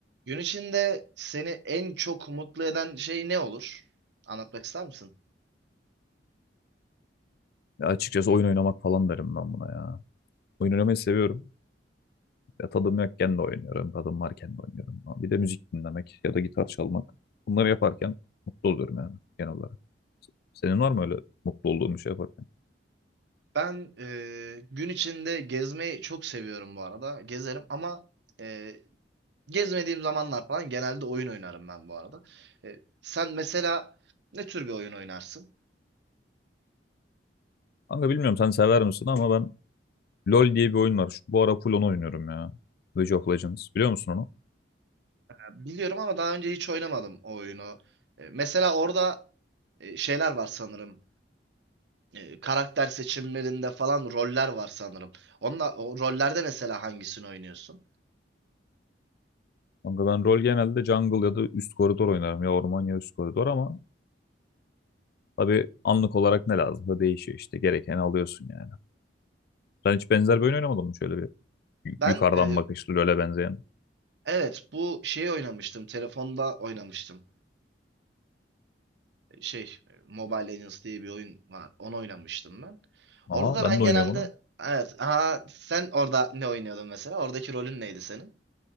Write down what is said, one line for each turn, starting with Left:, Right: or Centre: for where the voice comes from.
Right: Gün içinde seni en çok mutlu eden şey ne olur? Anlatmak ister misin?
Left: Ya açıkçası oyun oynamak falan derim ben buna ya. Oyun oynamayı seviyorum. Ya tadım yokken de oynuyorum. Tadım varken de oynuyorum. Bir de müzik dinlemek ya da gitar çalmak. Bunları yaparken mutlu oluyorum yani genel olarak. Senin var mı öyle mutlu olduğun bir şey yaparken?
Right: Ben e, gün içinde gezmeyi çok seviyorum bu arada. Gezerim ama e, gezmediğim zamanlar falan genelde oyun oynarım ben bu arada. E, sen mesela ne tür bir oyun oynarsın?
Left: Kanka bilmiyorum sen sever misin ama ben LoL diye bir oyun var. Şu, bu ara full onu oynuyorum ya. League of Legends. Biliyor musun onu?
Right: Ya Biliyorum ama daha önce hiç oynamadım o oyunu. E, mesela orada e, şeyler var sanırım. E, karakter seçimlerinde falan roller var sanırım. Onunla, o rollerde mesela hangisini oynuyorsun?
Left: Kanka ben LoL genelde jungle ya da üst koridor oynarım. Ya orman ya üst koridor ama tabii anlık olarak ne lazım da değişiyor işte. Gerekeni alıyorsun yani. Sen hiç benzer bir oyun oynamadın mı şöyle bir? y-
Right: Ben
Left: yukarıdan
Right: e,
Left: bakışlı LoL'e benzeyen.
Right: Evet bu şeyi oynamıştım. Telefonda oynamıştım. Şey Mobile Legends diye bir oyun var. Onu oynamıştım ben. Orada
Left: Aha
Right: da
Left: ben
Right: ben
Left: de
Right: genelde
Left: oynuyorum onu.
Right: evet aha sen orada ne oynuyordun mesela? Oradaki rolün neydi senin?